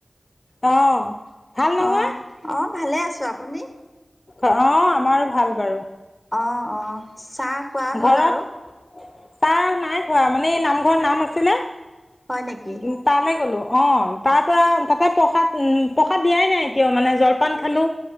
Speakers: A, on the left (about 35°); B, in the centre.
A: অ'। ভাল নহয়?
B: অ', অ', ভালে আছো। আপুনি?
A: অ', আমাৰো ভাল বাৰু।
B: অ', অ'। চাহ খোৱা
A: ঘৰত
B: হ'ল আৰু?
A: চাহ নাই খোৱা। মানে এই নামঘৰ নাম আছিলে।
B: হয় নেকি?
A: উম, তালে গ'লো। অ', তাৰ পৰা তাতে প্ৰসাদ উম, প্ৰসাদ দিয়াই নাই এতিয়াও মানে জলপান খালো।